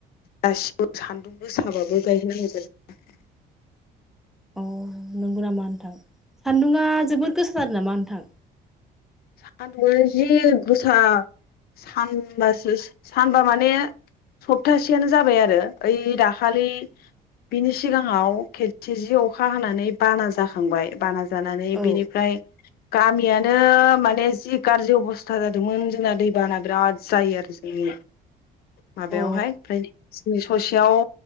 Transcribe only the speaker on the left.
गासिबो सान्दुं गोसाबाबो गायहैनांगोन।
सान्दुङानो जि गोसा सानबासो सानबा माने सप्तासेयानो जाबाय आरो ओइ दाखालि बिनि सिगाङाव खेथि जि अखा हानानै बाना जाखांबाय बाना जानानै
बिनिफ्राय गामियानो माने जि गाज्रि अबस्था जादोंमोन जोंना दैबाना बिराद जायो आरो जोंनि माबायावहाय
ओमफाय नै ससेयाव